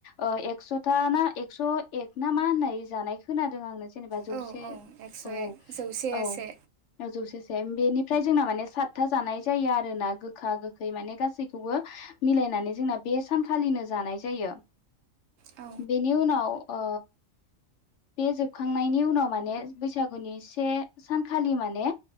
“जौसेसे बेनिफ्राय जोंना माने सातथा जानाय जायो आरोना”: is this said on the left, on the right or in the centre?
Left